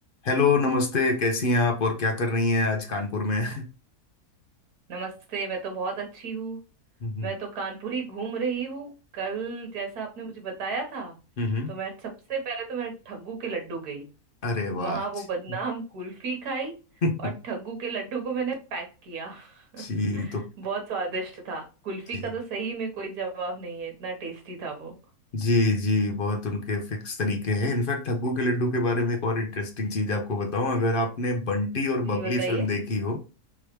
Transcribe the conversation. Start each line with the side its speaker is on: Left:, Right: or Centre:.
Left: Hello नमस्ते कैसी हैं आप और क्या कर रही हैं आज कानपुर में <laughs>
Right: नमस्ते मैं तो बहुत अच्छी हूँ
Left: हम्म
Right: मैं तो कानपुरी घूम रही हूँ कल जैसा आपने मुझे बताया था
Left: हम्म
Right: तो मैं सबसे पहले तो मैं ठग्गू के लड्डू गई
Left: अरे वाह
Right: वहां वो
Left: जी
Right: बदनाम कुल्फी खाई
Left: <laughs>
Right: और ठग्गू के लड्डू को मैंने पैक किया
Left: जी
Right: <laughs>
Left: तो
Right: बहुत स्वादिष्ट था कुल्फी
Left: जी
Right: का तो सही में कोई जवाब नहीं है इतना टेस्टी था वो
Left: जी जी बहुत उनके फिक्स तरीके हैं इनफैक्ट ठग्गू के लड्डू के बारे में एक और इंटरेस्टिंग चीज आपको बताऊं अगर आपने बंटी
Right: जी
Left: और बबली
Right: बताइए
Left: फिल्म देखी हो